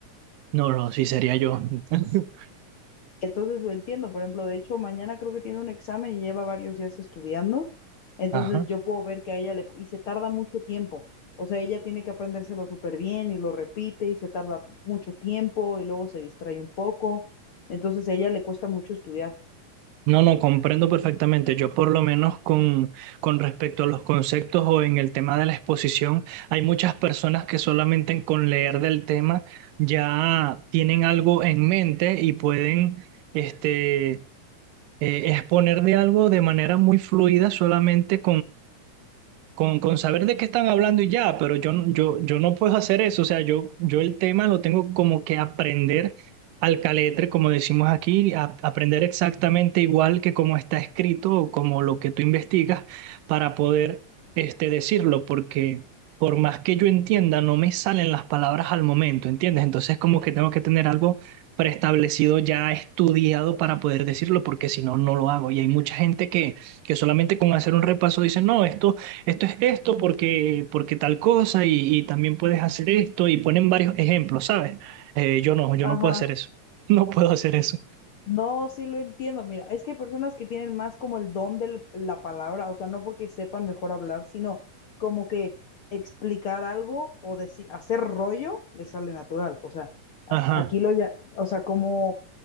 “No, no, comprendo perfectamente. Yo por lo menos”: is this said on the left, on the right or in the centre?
Right